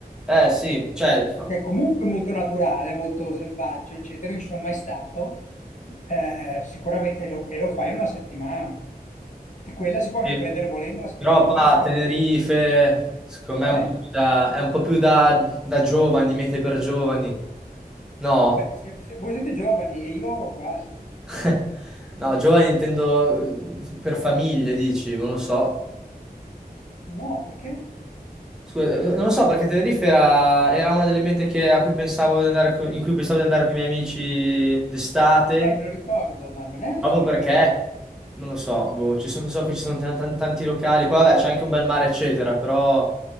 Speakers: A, in the centre; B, on the left.
A: Eh sì, cioè,
B: È comunque molto naturale, molto selvaggio, eccetera. Non ci sono mai stato, eh, sicuramente, e lo, e lo fai in una settimana. E quella si può
A: sì.
B: anche prendere volendo la settimana
A: però
B: di
A: qua,
B: Pasqua.
A: Tenerife, secondo
B: Eh?
A: me è un po' più da, è un po' più da, da giovani, mete per giovani. No?
B: Beh, se- se voi siete giovani e io quasi.
A: <laughs> No, giovani intendo eh, per famiglie, dici, non lo so.
B: No, perché?
A: Scusa, eh, non lo so perché Tenerife era, era una delle mete che- a cui pensavo di andare, co- in cui pensavo di andare con i miei amici d'estate,
B: Eh, me lo ricordo, ma non è
A: proprio
B: solo
A: perché,
B: per...
A: non lo so, boh, ci sono- so che ci sono tan- tan- tanti locali, poi vabbè c'è anche un bel mare, eccetera, però